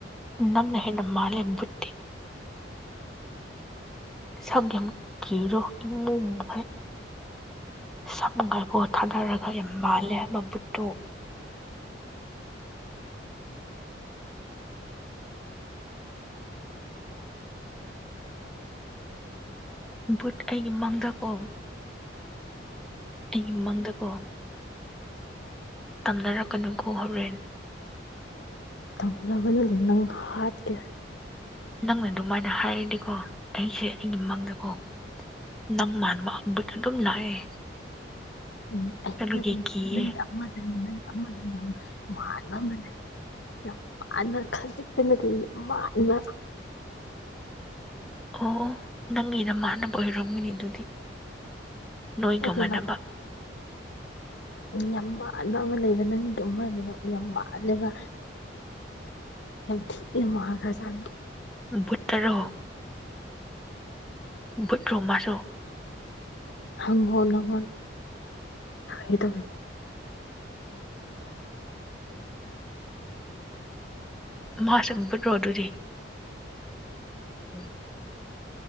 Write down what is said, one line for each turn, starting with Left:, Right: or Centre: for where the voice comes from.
Centre: ꯅꯪꯅꯦ ꯍꯦꯟꯅ ꯃꯥꯜꯂ‌ꯦ ꯕꯨꯠ ꯁꯝ ꯌꯥꯝ ꯀꯤꯔꯣ ꯏꯃꯨ ꯃꯨꯒꯩ ꯁꯝꯒ ꯑꯣ ꯊꯥꯗꯔꯒ ꯌꯥꯝ ꯃꯥꯜꯂꯦ ꯍꯥꯏꯕ ꯕꯨꯠꯇꯣ ꯕꯨꯠ ꯑꯩꯒꯤ ꯃꯪꯗꯀꯣ ꯑꯩꯒꯤꯃꯪꯗꯀꯣ ꯇꯝꯅꯔꯛꯀꯅꯨꯀꯣ ꯍꯣꯔꯦꯟꯅ
Left: ꯇꯝꯅꯕꯅꯗꯤ ꯅꯪ ꯍꯥꯠꯀꯦꯔ
Centre: ꯅꯪꯅ ꯑꯗꯨꯃꯥꯏꯅ ꯍꯥꯏꯔꯗꯤꯀꯣ ꯑꯩꯁꯦ ꯑꯩꯒꯤ ꯃꯪꯗꯀꯣ ꯅꯪ ꯃꯥꯟꯕ ꯍꯝꯕꯗꯨ ꯑꯗꯨꯝ ꯂꯥꯛꯑꯦ
Left: ꯎꯝ ꯑꯩꯩꯅ
Centre: ꯑꯗꯨꯒꯤ
Left: ꯑꯗꯨꯝ
Centre: ꯀꯤꯌꯦ
Left: ꯅꯪꯒꯤ ꯑꯃꯗꯅꯦ ꯅꯪꯒꯤ ꯑꯃꯗꯣ ꯌꯥꯝ ꯃꯥꯟꯕ ꯑꯃ ꯂꯩ ꯌꯥꯝ ꯃꯥꯅ ꯈꯁꯤꯇꯅ ꯇ ꯃꯥꯅ
Centre: ꯑꯣ ꯅꯪꯒꯤ ꯅꯃꯥꯟꯅꯕ ꯑꯣꯏꯔꯝꯒꯅꯤ ꯑꯗꯨꯗꯤ ꯅꯣꯏꯒ
Left: ꯑꯗꯨꯕꯗ
Centre: ꯃꯥꯟꯅꯕ
Left: ꯌꯥꯝ ꯃꯥꯟꯕ ꯑꯃ ꯂꯩꯕ ꯅꯪꯒꯤꯕꯗꯣ ꯌꯥꯝ ꯃꯥꯜꯂꯒ ꯌꯥꯝ ꯊꯤ ꯃꯍꯒꯖꯅ
Centre: ꯨꯠꯇꯔꯣꯛ ꯕꯨꯠ ꯔꯣꯃꯁꯨꯣ
Left: ꯍꯪꯣꯪ ꯍꯥꯏꯗ
Centre: ꯃꯥꯁꯦ ꯄꯨꯠꯔꯣ ꯑꯗꯨꯗꯤ ꯎ